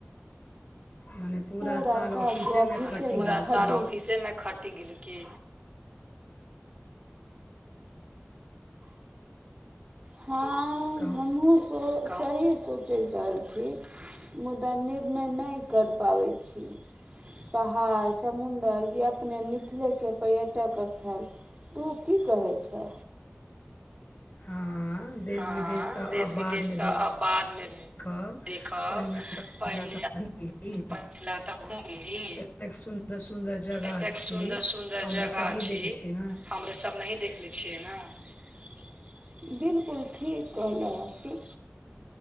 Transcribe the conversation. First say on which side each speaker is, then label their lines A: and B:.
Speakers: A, on the left (about 45°); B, on the right (about 35°).
A: मने
B: पूरा साल
A: ऑफिसेमे
B: अफीसे
A: खटि
B: पूरा
A: गेल
B: साल
A: की
B: ऑफिसे मे खटि गेलि की? हाँ
A: कहू?
B: उतो सही सोचि रहल छी। मुदा निर्णय नहि करि पाबैत छी। पहाड़, समुदर ये अपने मिथिले के पर्यटक स्थल तू की कहै छै?
A: हँ देश
B: हँ
A: विदेश तऽ
B: देश
A: आब बादमे
B: विदेश तऽ
A: देख
B: आब बादमे
A: घ <unintelligible>
B: देखब पहिने पहिले तऽ घूमि ली
A: एतेक सुन्दर- सुदर जगह
B: एतेक
A: छी,
B: सुन्दर सुन्दर
A: हमरे
B: जगह
A: सबी देख छी ने
B: हमरे सब नहि देखले छैय न। बिलकुल ठीक कहलला <unintelligible> हाफु